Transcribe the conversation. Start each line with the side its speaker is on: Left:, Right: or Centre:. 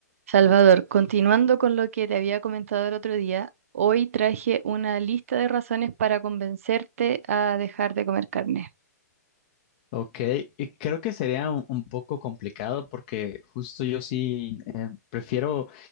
Right: Salvador, continuando con lo que te había comentado el otro día, hoy traje una lista de razones para convencerte a dejar de comer carne.
Left: Ok, y creo que sería un, un poco complicado porque justo yo sí eh, prefiero